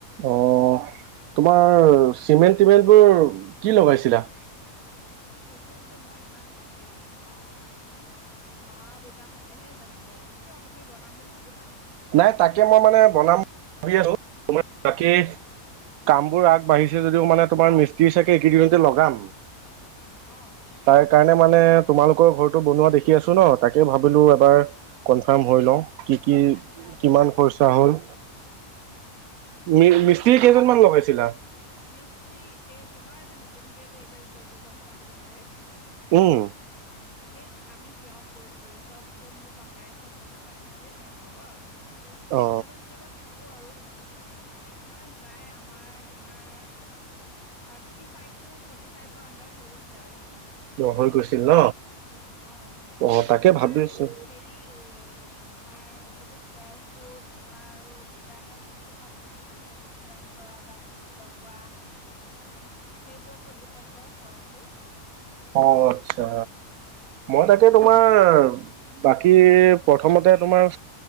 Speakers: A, on the right; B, on the left.
A: অ তোমাৰ চিমেণ্ট টিমেন্ট বোৰ কি লগাইছিলা
B: সেইবোৰ যে মই ইমান ভালকে গম নেপাও মা দেউতাহতেহে জানিব কিয় তুমি বনাম বুলি ভাবিছা নেকি
A: নাই তাকে মই মানে বনাম <unintelligible> ভাবি আছো তোমাৰ থাকে কামবোৰ আগবাঢ়িছে
B: অ
A: যদিও মানে তোমাৰ মিস্ত্ৰী চাগে এইকেদিনতে লগাম
B: অ
A: তাৰ কাৰণে মানে তোমালোকৰ ঘৰটো বনোৱা দেখি আছোঁ ন তাকেই ভাবিলোঁ এবাৰ কনফাৰ্ম হৈ লওঁ কি কি
B: আচ্ছা আচ্ছা
A: কিমান খৰচা হ'ল
B: তেনেকে
A: মি মিস্ত্ৰী
B: মই অনুভম
A: কেইজনমান
B: <unintelligible> কৰ
A: লগাইছিলা?
B: মিস্ত্ৰী এই তোমাৰ যে নতুন নতুনকে যে এতিয়া যজ্ঞকণ তাক সঞ্জয়ে
A: উম
B: হেত আমি তেওঁক কৈছিলোঁ সবটো মোৰ পাপাই চব কথা পাতিছিলে তেওঁৰ লগত তে মই
A: অ
B: কেতিয়াবা কেতিয়াবা থাক ক আৰু ইমানত থকা নহয় তোমাৰ প্ৰায় আমাৰ তোমাৰ থাৰ্টি ফাইভ টু ফৰ্টি ফাইভৰ আণ্ডাৰত হৈ গৈছিলে আৰু
A: হৈ গৈছিল ন
B: অ
A: অ
B: যিহেতু
A: তাকে
B: তোমাৰ
A: ভাবিছো
B: এইটো হেৰি তোমাৰ এইবস স্কোৱাৰফুত তোমাৰ আৰু ডিজাইনৰ ওপৰত কথা তুমি কিমান হেভি ডিজাইন কৰা বা কি কি লগোৱা সেইবোৰৰ ওপৰত ডিপেণ্ড কৰে খৰচটো
A: অ আচ্ছা মই তাকে
B: তেনেকুৱা
A: তোমাৰ
B: কথা
A: বাকী প্ৰথমতে তোমাৰ